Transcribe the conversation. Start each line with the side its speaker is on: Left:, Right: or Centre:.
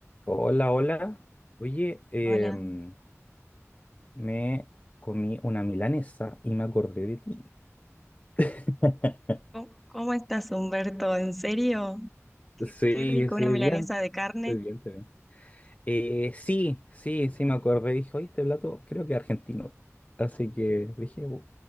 Left: Hola, hola. Oye, em,
Centre: Hola,
Left: me comí una milanesa y me acordé de ti. <laughs>
Centre: ¿cómo, cómo estás, Humberto? ¿En serio? Qué,
Left: Sí,
Centre: qué rico,
Left: sí,
Centre: una milanesa
Left: bien.
Centre: de carne.
Left: Estoy bien, estoy bien. Eh, sí, sí, sí, me acordé. Dije, oye, este plato creo que es argentino. Así que dije, "Bu-